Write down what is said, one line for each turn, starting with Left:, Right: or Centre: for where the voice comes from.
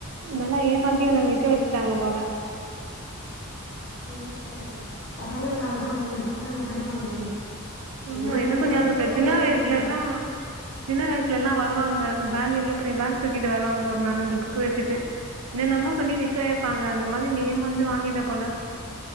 Right: நல்லா ஏமாத்தி ஒன்ன விக்க வச்சுட்டாங்க போல
Left: என்ன செய்றது பசங்களுக்காகதா வாங்குனேன் பசங்க படிப்பாங்களேன்னு
Right: ஆமா
Left: ஏ
Right: என்ன
Left: பசங்க
Right: பண்ணியாகறது
Left: ஸ்கூல் படிப்பே
Right: சின்ன வயசுல
Left: படிக்க மாட்டேங்குது
Right: எல்லா சின்ன வயசுல எல்லா வருவாங்க பேக் இவ்ளோ பெரிய பேக் தூக்கிட்டு வருவாங்க ஒரு நாலஞ்சு புக்க வச்சிட்டு என்னமோ பண்ணி விக்க வப்பாங்க‌ அந்த மாரி நீயும் வந்து வாங்கிட்ட போல